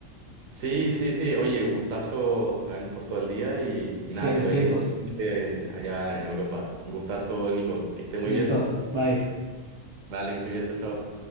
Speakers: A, on the right (about 80°); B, on the right (about 35°).
A: Sí, sí, sí. Oye, un gustazo habernos puesto al día y, y
B: Sí,
A: nada,
B: a los
A: que te
B: tiempos.
A: vaya excelente allá en Europa. Un gustazo, Nico. Que esté muy
B: Listo,
A: bien.
B: bye.
A: Vale, que esté bien, chao, chao.